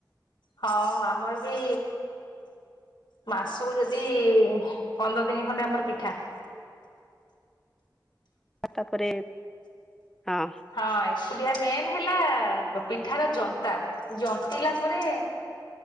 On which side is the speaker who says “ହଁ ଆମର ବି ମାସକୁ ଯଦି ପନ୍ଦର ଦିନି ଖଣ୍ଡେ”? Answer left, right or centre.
Left